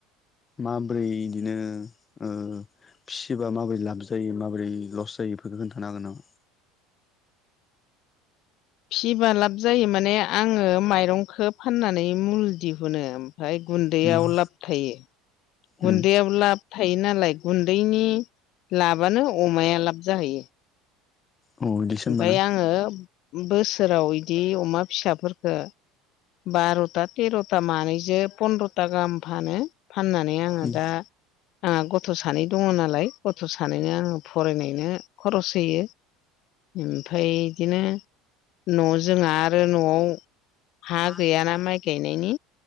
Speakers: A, on the left; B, on the left.
A: माबोरै बिदिनो ओ फिसिबा माबोरै लाब जायो माबोरै लस जायो बेफोरखौ खोन्थानो हागोन नामा
B: फिबा लाब जायो माने आङो माइरंखौ फाननानै मुल दिहुनो ओमफ्राय गु
A: नामा?
B: न्दैयाव लाब थायो
A: उम
B: गुन्दैयाव लाब थायो नालाय गुन्दैनि लाबानो अमाया लाब जाहैयो
A: औ इदिसो
B: ओमफाय
A: होमबाना
B: आङो बोसोराव बिदि अमा फिसाफोरफोरखौ बार'था तेर'था मानैजो पन्द्र'था गाहाम फानो फानना नै आङो
A: उम
B: दा आंहा गथ' सानै दङ नालाय गथ' सानैनो आङो फरायनायनो खरस होयो ओमफ्राय बिदिनो न' जोंहा आरो न'आव
A: हा
B: गैयाना
A: गैया
B: माइ गायनायनि